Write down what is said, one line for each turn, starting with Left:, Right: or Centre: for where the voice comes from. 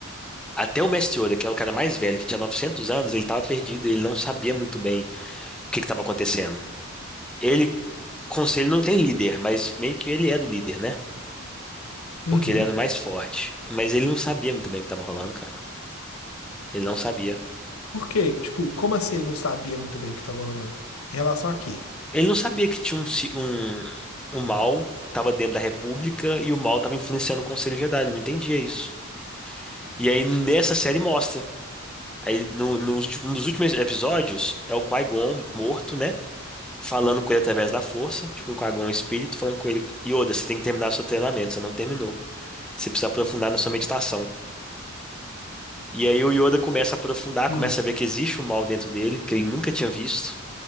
Centre: Até o Mestre Yoda, que era o cara mais velho, que tinha 900 anos, ele tava perdido, ele não sabia muito bem o que que tava acontecendo. Ele, Conselho não tem líder, mas meio que ele era o líder, né? Porque
Left: Uhum.
Centre: ele era o mais forte. Mas ele não sabia muito bem o que tava rolando, cara. Ele não sabia.
Left: Por quê? Tipo, como assim ele não sabia muito bem o que tava rolando? Em relação a quê?
Centre: Ele não sabia que tinha um, ci- um, um mal, estava dentro da República, e o mal estava influenciando o Conselho Jedi, ele não entendia isso. E aí nessa série mostra. Aí no, nos ulti- um dos últimos episódios é o Qui-Gon morto, né? Falando com ele através da força, tipo um Qui-Gon espírito falando com ele, Yoda, você tem que terminar seu treinamento, você não terminou. Você precisa aprofundar na sua meditação. E aí o Yoda começa a aprofundar,
Left: Hum,
Centre: começa a ver que existe um mal dentro dele, que ele nunca tinha visto,